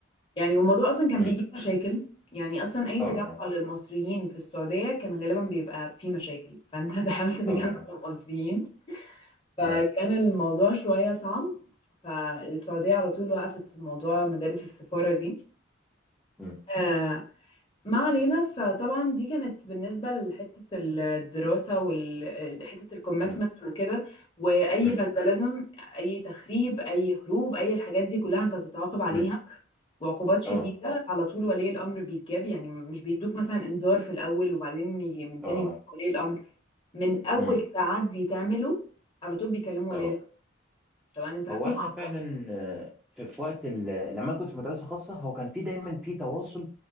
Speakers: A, on the left; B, in the centre.
A: يعني والموضوع اصلا كان
B: امم
A: بيجيب مشاكل يعني اصلا اي
B: اه
A: تجمع
B: آه.
A: للمصريين في السعوديه كان غالبا بيبقى فيه مشاكل فانت <laughs> تحاول تتجنب
B: اه
A: المصريين فكان
B: اه
A: الموضوع شويه صعب فالسعوديه على طول وقفت في موضوع مدارس السفاره دي
B: مم،
A: آه، ما علينا فطبعا دي كانت بالنسبة لحتة الدراسة وحتة الكوميتمنت
B: مم،
A: وكده وأي
B: مم،
A: فانداليزم أي تخريب أي هروب أي الحاجات دي كلها أنت بتتعاقب عليها
B: مم،
A: وعقوبات شديدة
B: اه
A: على طول ولي الأمر بيتجاب يعني مش بيدوك مثلا إنذار في الأول وبعدين يجي من
B: اه
A: تاني
B: اه
A: مرة ولي الأمر من أول
B: مم،
A: تعدي تعمله على طول بيكلموا
B: اه
A: ولي الأمر سواء أنت حكومة
B: هو احنا
A: أو
B: فعلا
A: خاص
B: آه، في, في وقت ال- لما انا كنت في مدرسه خاصه هو كان في دايما في تواصل